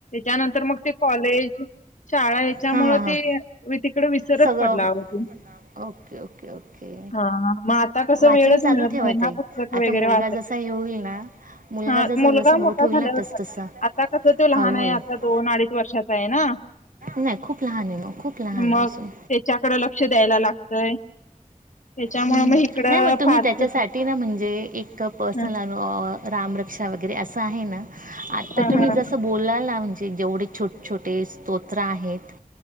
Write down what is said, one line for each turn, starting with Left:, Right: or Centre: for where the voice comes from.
Left: त्यानंतर मग ते कॉलेज शाळा हच्यामुळे
Right: हां हां हां
Left: ते विसरत
Right: सगळं
Left: पडला मग
Right: ओके ओके ओके
Left: हां हां मग आत आता कसं
Right: वाचन
Left: वेळच
Right: चालू
Left: मिळत
Right: ठेवा
Left: नाही ना
Right: ताई
Left: पुस्तक क
Right: आता
Left: वगैरे
Right: मुलगा
Left: वा
Right: जसा हे होईल ना मुलगा
Left: हा
Right: जसा
Left: मुलगा
Right: जसा मोठ
Left: मोठा
Right: होईल
Left: झाल्या
Right: ना
Left: नंतर
Right: तस तसा
Left: आता कस तो लहान
Right: हळूहळू
Left: आहे आता दोन अडीच वर्षाचा आहे ना
Right: नाही खूप लहान आहे मग खूप लहान
Left: मग
Right: आहे अजून
Left: त्याच्याकडे लक्ष द्यायला लागतय त्याच्यामुळे
Right: ह्
Left: मग इकडं
Right: नाही मग तुम्ही
Left: फारस
Right: त्याच्यासाठी ना म्हणजे एक प
Left: ह
Right: चला रामर क्षा वगैरे असं आहे ना आता
Left: ह
Right: तुम्ही जसं बोलाला म्हणजे जेवढे छोट छोटे स्तोत्र आहेत